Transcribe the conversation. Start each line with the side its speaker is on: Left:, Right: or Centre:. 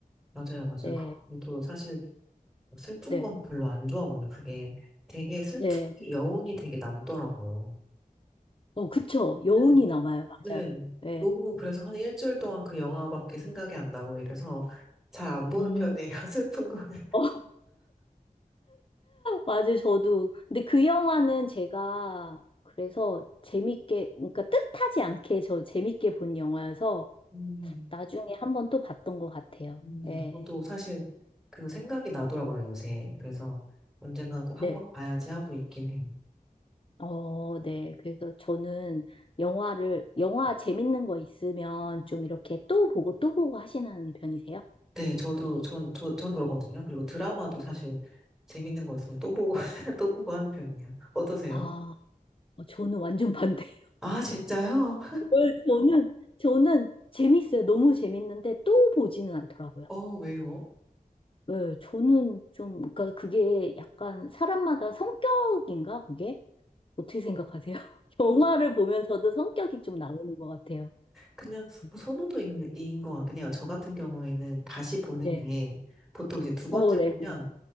Centre: 맞아요, 맞아요.
Left: 네,
Centre: 그- 저도 사실 슬픈
Left: 네,
Centre: 건 별로 안 좋아하거든요. 그게 되게 슬픈
Left: 네.
Centre: 게 여운이 되게 남더라고요.
Left: 어, 그쵸.
Centre: 네.
Left: 여운이 남아요.
Centre: 네.
Left: 맞아요. 네.
Centre: 너무 그래서 한 일주일 동안 그 영화밖에 생각이 안 나고 이래서 잘 안 보는
Left: 음,
Centre: 편이에요. <laughs> 슬픈 거는.
Left: <laughs> 맞아요. 저도. 근데 그 영화는 제가 그래서 재밌게, 그러니까 뜻하지 않게 저 재밌게 본 영화여서
Centre: 음,
Left: 나중에 한번 또 봤던 것 같아요.
Centre: 음,
Left: 네.
Centre: 저도 사실 그 생각이 나더라고요, 요새. 그래서 언젠간 꼭
Left: 네.
Centre: 한번 봐야지 하고 있긴 해요.
Left: 어, 네. 그래서 저는 영화를, 영화 재밌는 거 있으면 좀 이렇게 또 보고 또 보고 하시는 편이세요?
Centre: 네, 저도, 전, 저, 저는 그러거든요. 그리고 드라마도 사실 재밌는 거 있으면 또 보고, <laughs> 또 보고 하는 편이에요. 어떠세요?
Left: 아, 어, 저는 완전 반대. <laughs>
Centre: 아, 진짜요?
Left: 네, 저는, 저는 재밌어요. 너무 재밌는데 또 보지는 않더라고요.
Centre: 어, 왜요?
Left: 네, 저는 좀, 그러니까 그게 약간 사람마다 성격인가, 그게? 어떻게 생각하세요? <laughs> 영화를
Centre: 뭐 저-
Left: 보면서도 성격이 좀 나오는 것 같아요.
Centre: 그냥
Left: 네.
Centre: 선호도인 인것 같긴 해요. 저 같은 경우에는 다시 보는
Left: 네.
Centre: 게 보통 이제 두 번째
Left: 어,
Centre: 보면
Left: 네, 네,